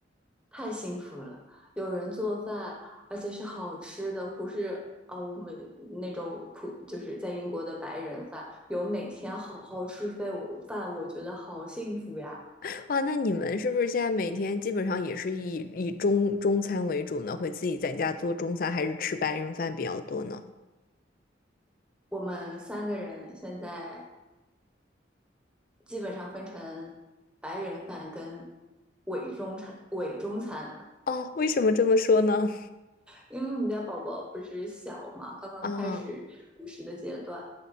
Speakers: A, in the centre; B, on the left.
A: 太幸福了，有人做饭，而且是好吃的，不是啊，我们那种普就是在英国的白人饭，有每天好好吃饭，我饭我觉得好幸福呀。
B: <laughs> 哇，那你们是不是现在每天基本上也是以以中中餐为主呢？会自己在家做中餐，还是吃白人饭比较多呢？
A: 我们三个人现在基本上分成白人饭跟伪中餐、伪中餐。
B: 哦，为什么这么说呢？
A: 因为我们家宝宝不是小嘛，刚刚开始辅食的阶段，
B: 啊